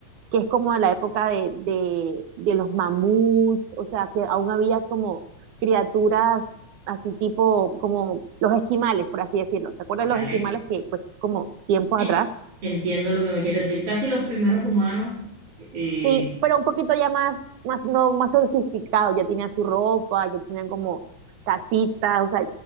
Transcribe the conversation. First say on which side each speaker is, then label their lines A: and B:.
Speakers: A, on the right (about 70°); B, on the right (about 40°).
A: que es como a la época de, de, de los mamuts, o sea, que aún había como criaturas así tipo, como los esquimales, por así decirlo. ¿Te acuerdas
B: ¿vale?
A: de los esquimales que pues como tiempos
B: Sí,
A: atrás?
B: entiendo lo que me quieres decir. Casi los primeros humanos, eh,
A: Sí, pero un poquito ya más, más, no, más sofisticado, ya tenían su ropa, ya tenían como casitas, o sea,